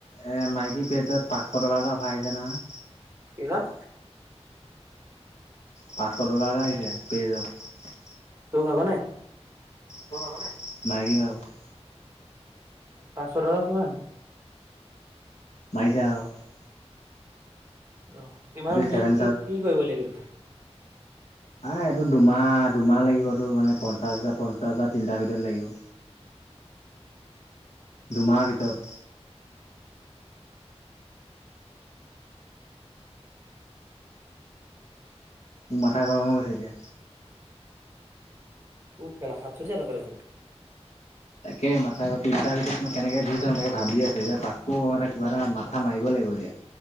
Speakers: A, on the left (about 80°); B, on the right (about 20°).
A: এ মাইকী পেজত পাঁচশ টকা এটা অফাৰ আহিছে নহয়।
B: কিহত?
A: পাঁচশ ডলাৰ এটা আহিছে পেজত।
B: তোৰ ভাগ্ নাই?
A: তোৰ ভাগৰ নাই? মাইকি ভাগৰ।
B: পাঁচশ ডলাৰ কিমান?
A: মাৰি চা ক।
B: অ কিমান কি
A: ছেভেন
B: কি কি কৰিব লাগিব?
A: আ এইটো দুমাহ দুমাহ লাগিব এটো মানে পঞ্চাশ হাজাৰ, পঞ্চাশ হাজাৰ তিনটাৰ ভিতৰত লাগিব। দুমাহাৰ ভিতৰত মোৰ মাথা গৰম হৈ গৈছে এতিয়া
B: উ খেলা সাত ছজাৰ কা দেখোন
A: তাকে মাথা গতি তিনটাৰ ভিতৰত মই কেনেকে দি চাও তাকে ভাবি আছো এতিয়া তাকো এটা কিবা এটা মাথা মাৰিব লাগিব এতিয়া।